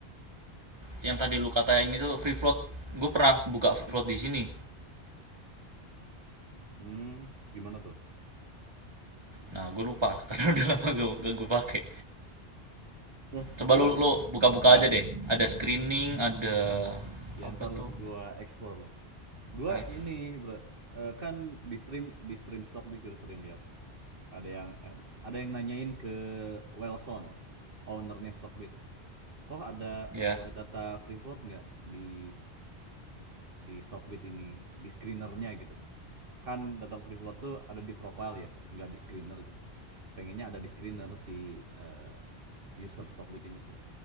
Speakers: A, on the right; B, on the right.
A: Yang tadi lu katain itu free float. Gue pernah buka free float di sini.
B: Hmm, gimana tuh?
A: Nah, gue lupa <laughs> karena udah lama gak, gue pakai.
B: Nah,
A: Coba
B: gua
A: lu lu buka-buka aja deh. Ada screening, ada
B: oke. Okay. Ya
A: apa
B: ntar
A: tuh?
B: gua explore lah. Gua
A: Live.
B: ini, Bro. eh, kan di stream di stream stockbit udah sering lihat ada yang eh, ada yang nanyain ke Wellson ownernya Stockbit kok ada
A: Ya. Yeah.
B: eh, data free float nggak di di Stockbit ini, di screenernya gitu. Kan data free float tuh ada di profile ya, nggak di screener gitu. Pengennya ada di screener si eh, user Stockbit ini tuh.